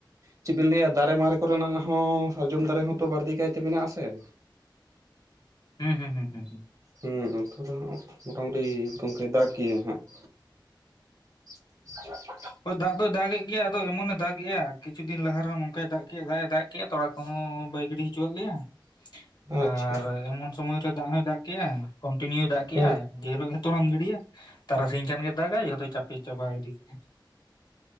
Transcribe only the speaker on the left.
ᱦᱩᱸ ᱦᱩᱸ ᱦᱩᱸ ᱦᱩᱸ ᱦᱩᱸ ᱾
ᱦᱚᱭ ᱫᱟᱜ ᱫᱚ ᱫᱟᱜᱮᱜ ᱜᱮᱭᱟ ᱟᱫᱚ ᱮᱢᱚᱱᱮ ᱫᱟᱜᱮᱜᱼᱟ, ᱠᱤᱪᱷᱩ ᱫᱤᱱ ᱞᱟᱦᱟ ᱨᱮᱦᱚ ᱱᱚᱝᱠᱟᱭ ᱫᱟᱜ ᱠᱮᱜᱼᱟ ᱫᱟᱜ ᱮ ᱫᱟᱜ ᱠᱮᱜᱼᱟ ᱛᱚᱲᱟ ᱠᱚᱦᱚᱸ ᱵᱟᱭ ᱜᱤᱰᱤ ᱦᱚᱪᱚᱣᱟᱜ ᱞᱮᱭᱟ ᱾
ᱟᱨ ᱮᱢᱚᱱ ᱥᱚᱢᱚᱭ ᱨᱮ ᱫᱟᱜ ᱦᱚᱸᱭ ᱫᱟᱜ ᱠᱮᱜᱼᱟᱭ ᱠᱚᱱᱴᱤᱱᱤᱭᱩ ᱫᱟᱜ ᱠᱮᱜᱼᱟᱭ
ᱡᱮ ᱦᱤᱞᱳᱜ ᱜᱮ ᱛᱚᱲᱟᱢ ᱜᱤᱲᱤᱭᱟ, ᱛᱟᱨᱟᱥᱤᱧ ᱠᱷᱟᱱ ᱜᱮ ᱫᱟᱜᱼᱟᱭ ᱡᱷᱚᱛᱚᱭ ᱪᱟᱯᱮ ᱪᱟᱵᱟᱭ ᱤᱫᱤ ᱠᱟᱜᱼᱟᱭ ᱾